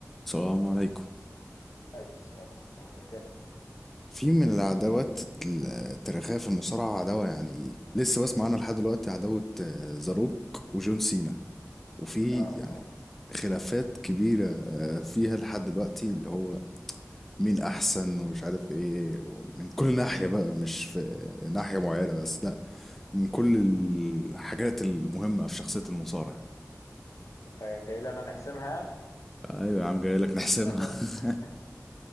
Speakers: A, in the centre; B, on the left.
A: السلام عليكم
B: عليكم السلام ورحمة الله وبركاته
A: في من العداوات التاريخية في المصارعة عداوة يعني لسه بسمع عنها لحد دلوقتي عداوة آه، زاروك وجون سينا وفي
B: يا
A: يعني
B: الله
A: خلافات كبيرة آه، فيها لحد دلوقتي اللي هو مين أحسن ومش عارف إيه من كل ناحية بقى مش في ناحية معينة بس لأ من كل الحاجات المهمة في شخصية المصارع
B: انت جاي لنا نحسمها يعني
A: ايوه يا عم جاي لك نحسمها
B: <laughs>
A: <laughs>